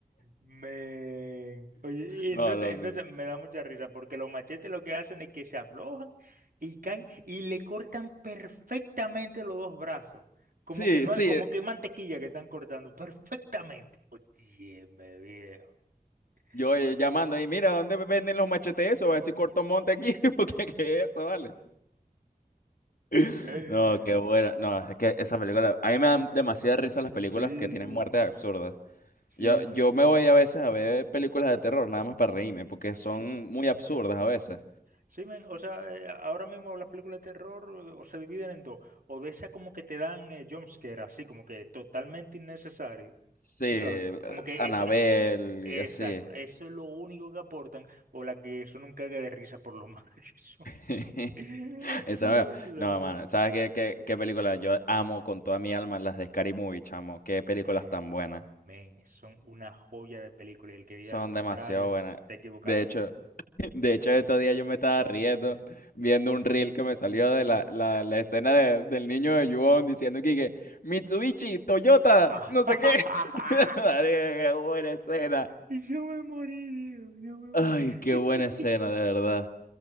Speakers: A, on the right; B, on the left.
A: Men. Oye, y
B: No,
A: entonces,
B: loco.
A: entonces me da mucha risa, porque los machetes lo que hacen es que se aflojan y caen y le cortan perfectamente los dos brazos. Como
B: Sí,
A: que no,
B: sí,
A: hay- como que mantequilla que están cortando, perfectamente. Oye, me viejo.
B: yo eh,
A: Es
B: llamando
A: que-
B: ahí, mira, ¿dónde venden los machetes eso? Va a decir Corto Monte aquí, <laughs> porque ¿qué es eso, vale? <laughs>
A: <laughs>
B: No, qué buena, no, es que esa película, a mí me dan demasiada risa
A: <sighs>
B: las películas
A: Sí,
B: que tienen
A: sí,
B: muertes absurdas.
A: sí,
B: Yo, yo
A: sí,
B: me voy a veces a ver películas de terror, nada más para reírme, porque son
A: sí.
B: muy absurdas a veces.
A: Sí, men, o sea, eh, ahora mismo las películas de terror eh, o se dividen en dos, o de esas como que te dan eh, jumpscare, así como que totalmente innecesario,
B: Sí,
A: tú sabes, como que
B: Anabel
A: eso es, eh, exacto,
B: y así.
A: eso es lo único que aportan, o la que eso nunca cague de risa por lo mal <laughs> que son.
B: <laughs>
A: <laughs>
B: Esa
A: Solamente
B: me-
A: saben.
B: No, mano, ¿sabes qué, qué, qué películas? Yo amo con toda mi alma las de Scary Movie, chamo. Qué películas
A: Men,
B: tan buenas.
A: men, son una joya de película y el que diga
B: Son
A: lo contrario,
B: demasiado buenas.
A: está equivocado.
B: De hecho, <laughs> de hecho, estos días yo me estaba riendo viendo un reel que me salió de la, la, la escena de- del niño de Yuon diciendo que, que, Mitsubishi, Toyota,
A: <laughs>
B: no sé qué. <laughs> Marica, Qué buena escena.
A: Y yo me morí, Diego, yo me
B: Ay,
A: morí.
B: qué
A: <laughs>
B: buena escena, de verdad.